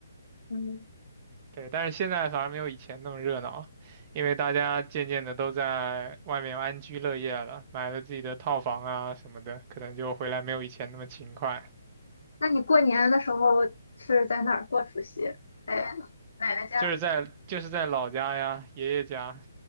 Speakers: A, on the left; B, on the right.
A: 嗯。
B: 对，但是现在反而没有以前那么热闹，因为大家渐渐的都在外面安居乐业了，买了自己的套房啊什么的，可能就回来没有以前那么勤快。
A: 那你过年的时候是在哪儿过除夕？在奶奶家，
B: 就是在就是在老家呀，爷爷家